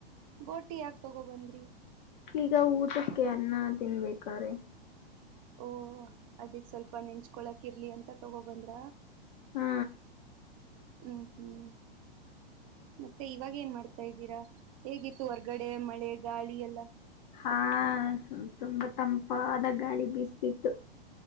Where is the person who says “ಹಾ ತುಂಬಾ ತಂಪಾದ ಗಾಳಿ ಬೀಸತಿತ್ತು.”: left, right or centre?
Left